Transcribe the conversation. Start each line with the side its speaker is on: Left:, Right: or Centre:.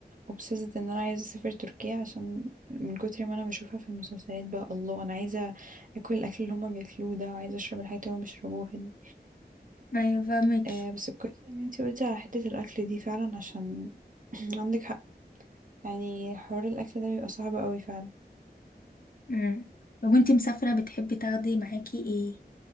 Right: obsessed ان انا عايزة اسافر تركيا عشان من كتر ما انا بشوفها في المسلسلات بقى الله انا عايزة اكل الاكل اللي هما بياكلوه ده وعايزة اشرب الحاجات اللي هما بيشربوها دي
Left: <laughs> ايوه فاهمك
Right: آه بس كويس ان انتي قلتي على حتة الاكل دي فعلا عشان <clears throat> عندك حق يعني حوار الاكل ده بيبقى صعب قوي فعلا
Left: امم لو انت مسافرة بتحبي تاخدي معاكي ايه